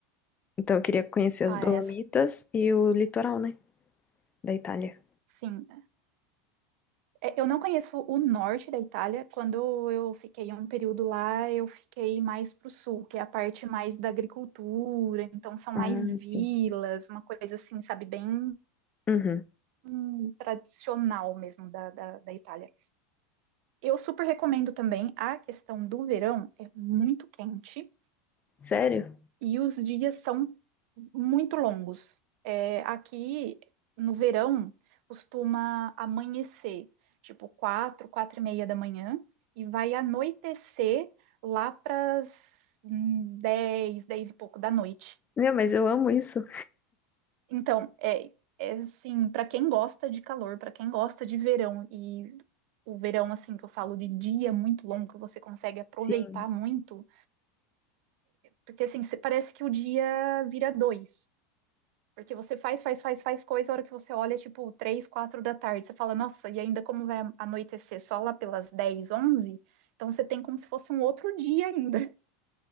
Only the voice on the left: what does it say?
Então, eu queria conhecer as
Dolomitas
e o litoral, né? Da Itália.
Ah,
sim.
Uhum.
Sério?
Meu, mas eu amo isso.
Sim.